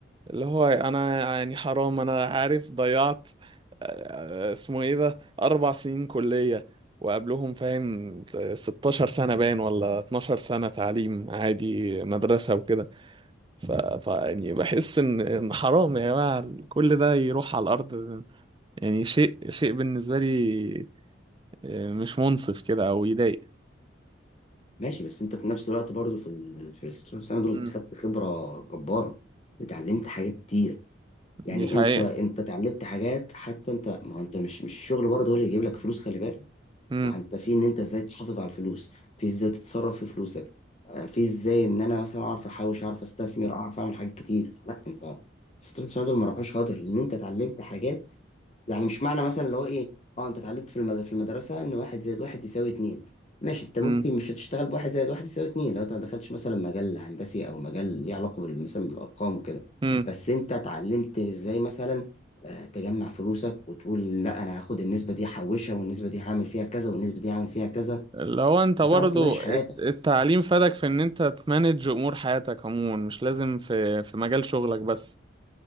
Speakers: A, on the right; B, on the left.
A: اللي هو انا يعني حرام انا عارف ضيعت آه، اسمه ايه ده اربع سنين كلية وقبلهم فاهم 16 سنة باين ولا 12 سنة تعليم عادي مدرسة وكده ف... ف يعني بحس ان ان حرام يا جماعة كل ده يروح على الارض يعني شيء شيء بالنسبة لي آه، مش منصف كده او يضايق
B: ماشي بس انت في نفس الوقت برضو في ال... في الست سنه
A: مم.
B: دول انت خدت خبره جباره وتعلمت حاجات كتير يعني
A: دي حقيقة
B: انت انت اتعلمت حاجات حتى انت ما هو انت مش مش الشغل برضه هو اللي يجيب لك فلوس خلي بالك
A: امم
B: ما انت في ان انت ازاي تحافظ على الفلوس في ازاي تتصرف في فلوسك آه، في ازاي ان انا مثلا اعرف احوش اعرف استثمر اعرف اعمل حاجات كتير لا انت ستريت سايدر ما راحوش هدر لان انت اتعلمت حاجات يعني مش معنى مثلا اللي هو ايه اه انت اتعلمت في المد... في المدرسه ان واحد زائد واحد يساوي اتنين ماشي انت ممكن
A: امم
B: مش هتشتغل بواحد زائد واحد يساوي اتنين لو انت ما دخلتش مثلا مجال هندسي او مجال ليه علاقه بال- مثلا بالارقام وكده
A: امم
B: بس انت اتعلمت ازاي مثلا آه، تجمع فلوسك وتقول لا انا هاخد النسبه دي هحوشها والنسبه دي هعمل فيها كذا والنسبه دي هعمل فيها كذا
A: اللي هو انت
B: هتعرف
A: برضو
B: تمارس حياتك
A: الت- التعليم فادك في ان انت تمانج امور حياتك عموما مش لازم في في مجال شغلك بس